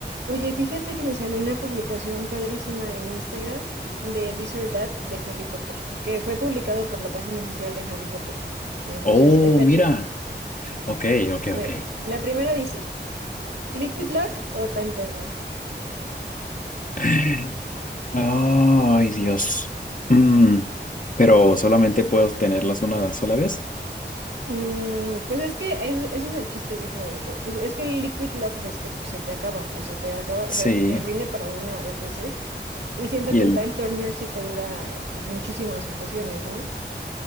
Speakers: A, on the right; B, on the left.
A: Oye, fíjate que me salió una publicación padrísima en Instagram de This or That de Harry Potter, que fue publicado por la página oficial de Harry Potter. Entonces,
B: Oh,
A: está
B: mira.
A: chido.
B: Ok, ok,
A: Ve,
B: ok.
A: la primera dice, ¿Liquid Luck o Time Turner?
B: <laughs> Ay, Dios. Mm, Pero solamente puedo tenerlas una sola vez.
A: Mm, pues es que eso, eso es el chiste, yo creo, de que, pues es que el Liquid Luck ves que pues se te acaba, o sea, te acaba,
B: Sí.
A: o sea, te rinde para una o dos veces. Y siento
B: Y
A: que
B: el...
A: el Time Turner sí te dura pues muchísimas ocasiones, ¿no?